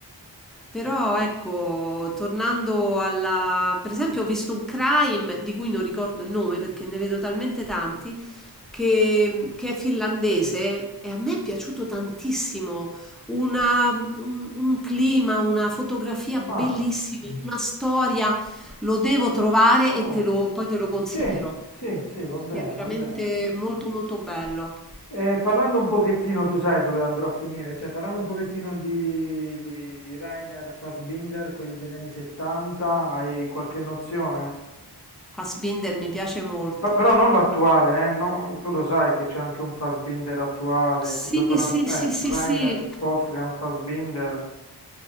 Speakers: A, in the centre; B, on the left.
A: Però ecco, tornando alla... Per esempio ho visto un crime di cui non ricordo il nome perché ne vedo talmente tanti, che, che è finlandese e a me è piaciuto tantissimo. Una- un, un clima, una fotografia bellissima,
B: Ah,
A: una storia. Lo devo trovare
B: wow.
A: e te lo- poi te lo consiglierò.
B: Sì, sì, sì, va
A: Perché
B: bene,
A: è veramente
B: va bene.
A: molto molto bello.
B: Eh, parlando un pochettino, tu sai dove andrò a finire, cioè parlando un pochettino di, di, di Rainer Fassbinder, quello degli anni 70, hai qualche nozione?
A: Fassbinder mi piace molto.
B: Pa- però non l'attuale, eh, no, tu lo sai che c'è anche un Fassbinder attuale,
A: Sì,
B: ti sto parlando,
A: sì,
B: eh,
A: sì, sì,
B: Rainer
A: sì.
B: Wolfgang Fassbinder,